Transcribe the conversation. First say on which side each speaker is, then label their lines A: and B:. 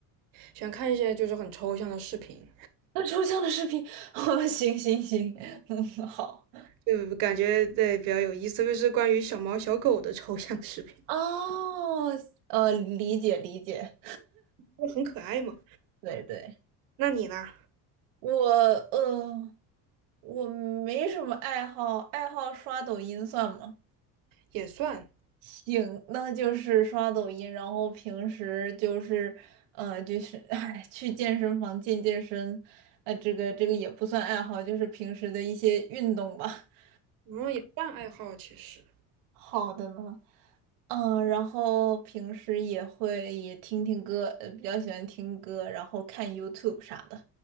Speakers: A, on the right; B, on the right.
A: 喜欢看一些就是很抽象的视频，
B: 那抽象的视频，<laughs> 哦，行行行，<laughs> 嗯，好。
A: 就感觉对比较有意思，特别是关于小猫小狗的抽象视频，
B: 哦，呃，理解理解。
A: 就很可爱嘛。
B: 对对，
A: 那你呢？
B: 我呃，我没什么爱好，爱好刷抖音算吗？
A: 也算，
B: 行，那就是刷抖音，然后平时就是，呃，就是，<laughs> 哎，去健身房健健身，呃，这个这个也不算爱好，就是平时的一些运动吧。<laughs>
A: 嗯，也算爱好其实。
B: 好的呢，嗯、然后平时也会也听听歌，呃，比较喜欢听歌，然后看 YouTube 啥的。